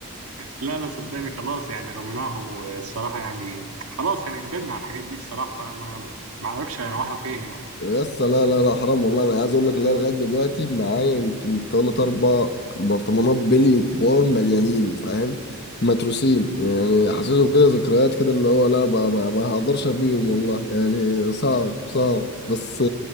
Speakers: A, on the right (about 85°); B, on the left (about 50°).
A: لا لا صدقني خلاص يعني رميناهم والصراحة يعني خلاص يعني كبرنا على الحاجات دي الصراحة فما ما أعرفش أنا رايحة فين يعني
B: بس لا لا لا حرام والله انا عايز اقول لك لا لغايه دلوقتي معايا يمكن تلات اربع برطمانات بلي كبار مليانين فاهم متروسين يعني حسيته كده ذكريات كده اللي هو لا بقى ما, ما هقدرش ارميهم والله يعني صعب صعب بس